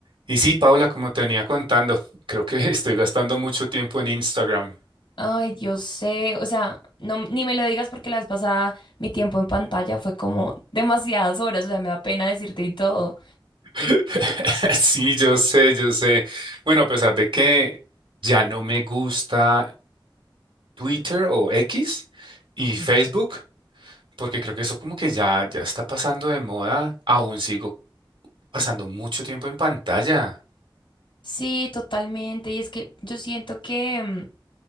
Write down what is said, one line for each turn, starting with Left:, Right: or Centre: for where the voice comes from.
Right: Y sí, Paula, como te venía contando, creo que <laughs> estoy gastando mucho tiempo en Instagram.
Left: Ay, yo sé, o sea, no, ni me lo digas porque la vez pasada mi tiempo en pantalla fue como <laughs> demasiadas horas, o sea, me da pena decirte y todo.
Right: <laughs> Sí, yo sé, yo sé. Bueno, a pesar de que ya no me gusta Twitter o X y
Left: Sí.
Right: Facebook, porque creo que eso como que ya, ya está pasando de moda, aún sigo pasando mucho tiempo en pantalla.
Left: Sí, totalmente. Y es que yo siento que, mm,